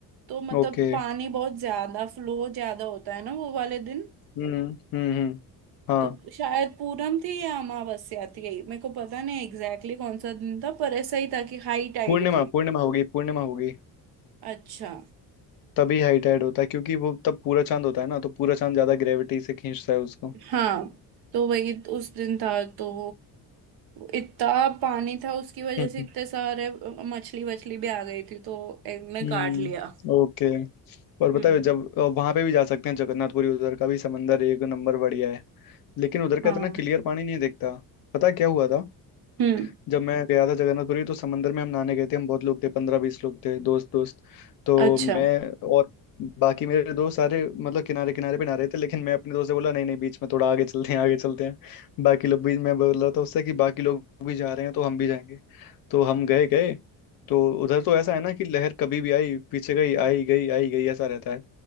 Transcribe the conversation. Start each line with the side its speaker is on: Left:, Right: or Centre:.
Right: तो मतलब
Left: ओके
Right: पानी बहुत ज्यादा फ्लो ज्यादा होता है ना वो वाले दिन
Left: हम्म हम्म हम्म हाँ
Right: तो शायद पूनम थी या अमावस्या थी मेरे को पता नहीं एग्जैक्टली exactly कौन सा दिन था पर ऐसा ही था कि हाई टाइड
Left: पूर्णिमा
Right: थी
Left: पूर्णिमा होगी पूर्णिमा होगी
Right: अच्छा
Left: तभी हाइट ऐड होता है क्योंकि वो तब पूरा चांद होता है ना तो पूरा चांद ज्यादा ग्रेविटी से खींचता है उसको
Right: हाँ तो वही उस दिन था तो इतना पानी था उसकी वजह
Left: हम्म
Right: से इतने सारे मछली वछली भी आ गई थी तो एक ने
Left: हम्म
Right: काट लिया
Left: ओके और बताए
Right: हम्म
Left: जब वहां पे भी जा सकते हैं जगन्नाथपुरी उधर का भी समंदर एक नंबर बढ़िया है लेकिन उधर का
Right: हाँ
Left: इतना क्लियर पानी नहीं दिखता पता है क्या हुआ था
Right: हम्म
Left: जब मैं गया था जगन्नाथपुरी तो समंदर में हम नहाने गए थे हम बहुत लोग थे पंद्रह बीस लोग थे दोस्त दोस्त तो
Right: अच्छा
Left: मैं और बाकी मेरे दोस्त सारे मतलब किनारे किनारे पे नहा रहे थे लेकिन मैं अपने दोस्त से बोला नहीं नहीं बीच में थोड़ा आगे चलते हैं आगे चलते हैं बाकी लोग भी मैं बोल रहा था उससे कि बाकी लोग भी जा रहे हैं तो हम भी जाएंगे तो हम गए गए तो उधर तो ऐसा है ना कि लहर कभी भी आई पीछे गई आई गई आई गई ऐसा रहता है